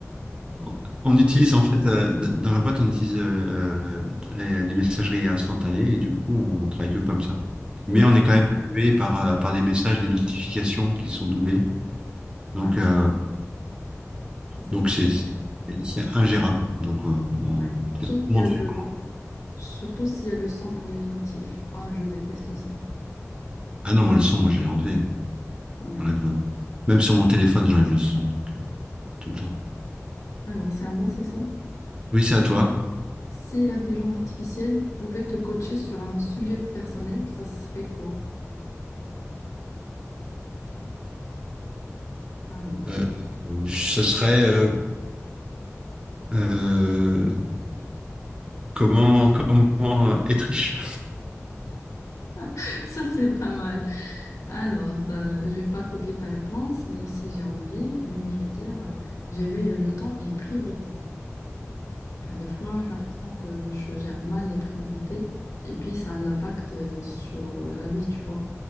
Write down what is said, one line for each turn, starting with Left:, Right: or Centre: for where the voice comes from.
Right: On on utilise en fait euh, d- dans la boîte, on utilise euh, euh, les, les messageries instantanées et du coup, on travaille que comme ça. Mais
Left: Ouais,
Right: on est quand même pollué par euh, par des messages, des notifications qui sont doublées.
Left: ouais,
Right: Donc euh,
Left: ça c'est
Right: donc
Left: pas.
Right: c'est c'est c'est ingérable. Donc euh, on-
Left: ouais. Surtout
Right: tout
Left: s'il
Right: le monde
Left: y a
Right: fait
Left: le,
Right: comment?
Left: surtout s'il y a le sang pour les notifs. Ah, je déteste ça.
Right: Ah non, moi le son, moi j'ai enlevé. moi.
Left: Ouais.
Right: J'enlève, euh, même sur mon téléphone, j'enlève le son donc euh, tout
Left: Ouais.
Right: le temps.
Left: Alors c'est à moi, c'est ça?
Right: Oui, c'est à toi.
Left: Si l'intelligence artificielle pouvait te coacher sur un sujet personnel, ça serait quoi? Alors,
Right: Euh, ce serait euh, euh, comment comment être riche.
Left: <laughs> ça c'est pas mal. Alors, euh, je vais pas copier ta réponse, même si j'ai envie, mais je vais dire euh, gérer le temps et les priorités. Enfin, des fois, j'ai l'impression que je gère mal les priorités et puis ça a un impact euh, sur euh, la vie, tu vois.